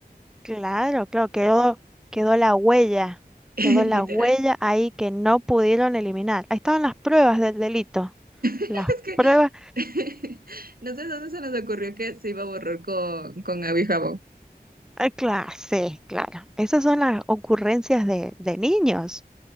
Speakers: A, in the centre; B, on the right.
A: Claro, claro, quedó, quedó la huella.
B: <laughs>
A: Quedó la
B: Literal.
A: huella ahí que no pudieron eliminar. Ahí estaban las pruebas del delito.
B: Es
A: Las
B: que
A: pruebas
B: <laughs> no sé dónde se nos ocurrió que se iba a borrar con, con agua y jabón.
A: claro, sí, claro. Esas son las ocurrencias de, de niños.